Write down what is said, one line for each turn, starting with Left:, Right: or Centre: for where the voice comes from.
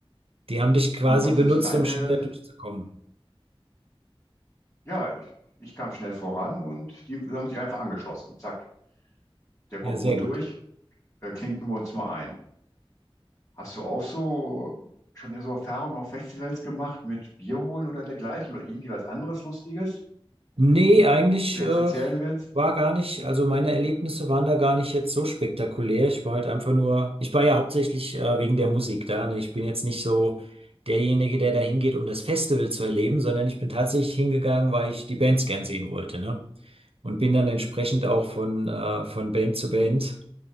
Right: Die haben dich quasi
Left: und was
Right: benutzt,
Left: sind so deine?
Right: um schneller durchzukommen.
Left: Ja, ich, ich kam schnell voran und die haben sich einfach angeschlossen. Zack, der kommt
Right: Ja, sehr
Left: gut
Right: gut.
Left: durch, äh, klinken wir uns mal ein. Hast du auch so schon so Erfahrungen auf Festivals gemacht mit Bier holen oder dergleichen oder irgendwie was anderes Lustiges,
Right: Nee, eigentlich
Left: was du jetzt
Right: äh,
Left: erzählen willst?
Right: war gar nicht, also meine Erlebnisse waren da gar nicht jetzt so spektakulär. Ich war halt einfach nur, ich war ja hauptsächlich äh, wegen der Musik da. Ne? Ich bin jetzt nicht so derjenige, der da hingeht, um das Festival zu erleben, sondern ich bin tatsächlich hingegangen, weil ich die Bands gern sehen wollte. Ne? und bin dann entsprechend auch von, äh, von Band zu Band